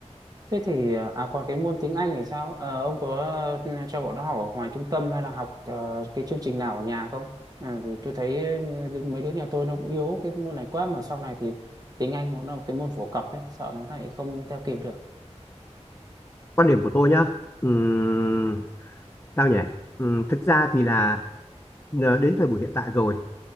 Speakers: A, on the right; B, on the left.
A: Thế thì ờ, à còn cái môn tiếng Anh thì sao? Ờ, ông có ờ, cho bọn nó học ở ngoài trung tâm hay là học ờ, cái chương trình nào ở nhà không? À, vì tôi thấy ờ, đứa- mấy đứa nhà tôi nó cũng yếu cái môn này quá mà sau này thì tiếng Anh nó là một cái môn phổ cập ấy, sợ nó lại không theo kịp được.
B: quan điểm của tôi nhá Ừm, sao nhỉ Ừm, thực ra thì là ờ, đến thời buổi hiện tại rồi